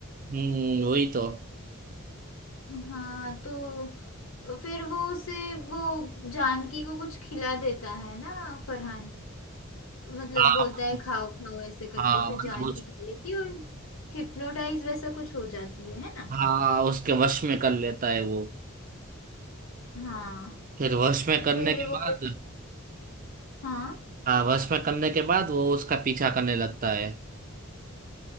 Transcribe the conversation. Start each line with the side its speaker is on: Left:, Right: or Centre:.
Right: हम्म वही तो
Left: हाँ तो तो फिर वो उसे वो जानकी को कुछ खिला देता है ना फरहान मतलब
Right: हाँ
Left: बोलता है खाओ खाओ ऐसे करके
Right: हाँ
Left: फिर
Right: मतलब
Left: जानकी
Right: उस
Left: खा लेती है और हिप्नोटाइज वैसा कुछ हो जाती है है ना
Right: हाँ उसके वश में कर लेता है वो
Left: हाँ
Right: फिर वश में करने
Left: फिर
Right: के
Left: वो
Right: बाद
Left: हाँ
Right: हाँ वश में करने के बाद वो उसका पीछा करने लगता है